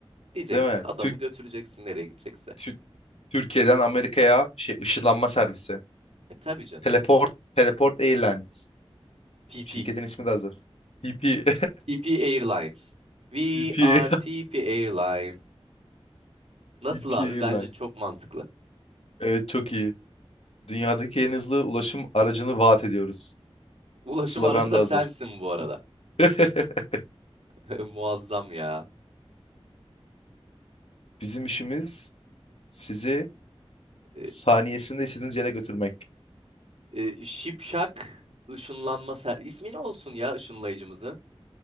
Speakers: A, on the right (about 80°); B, on the left (about 80°).
A: Diyeceksin
B: değil mi?
A: adamı
B: Türk,
A: götüreceksin nereye gidecekse.
B: Tü- Türkiye'den Amerika'ya şey ışınlanma servisi.
A: E tabii canım.
B: Teleport Teleport Airlines.
A: TP.
B: Şirketin ismi de hazır. TP
A: TP Airlines. We
B: TP
A: are TP Airline. Nasıl
B: TP
A: abi?
B: <laughs> Airlines.
A: Bence çok mantıklı.
B: Evet çok iyi. Dünyadaki en hızlı ulaşım aracını vaat ediyoruz.
A: Ulaşım
B: Slogan
A: aracı da
B: da hazır.
A: sensin bu arada.
B: <laughs>
A: <laughs> Muazzam ya.
B: Bizim işimiz sizi
A: E,
B: saniyesinde istediğiniz yere götürmek.
A: e, şipşak ışınlanma ser... İsmi ne olsun ya ışınlayıcımızın?